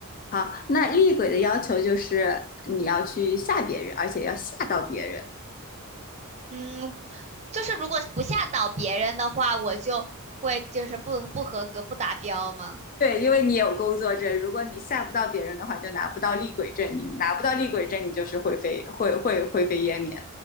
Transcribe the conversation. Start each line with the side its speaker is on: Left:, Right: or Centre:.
Left: 好，那厉鬼的要求就是你要去吓别人，而且要吓到别人。
Right: 嗯，就是如果不吓倒别人的话，我就会就是不不合格不达标吗？
Left: 对，因为你有工作证，如果你吓不到别人的话，就拿不到厉鬼证，你拿不到厉鬼证，你就是会飞会会会灰飞烟灭。